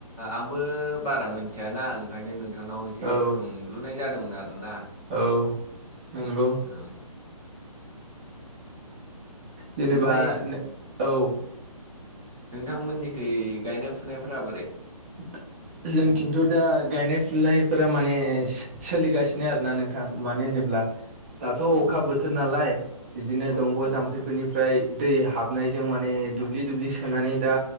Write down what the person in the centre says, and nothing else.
आंबो बारा मिथियाना ओंखायनो नोंथांनाव एसे
सोंलुनाय जादोंमोन आरोना
औ
ओमफाय
नोंथांमोननिखै गायनाय फुनायफोरा बोरै
औ
औ
औ
नोंथां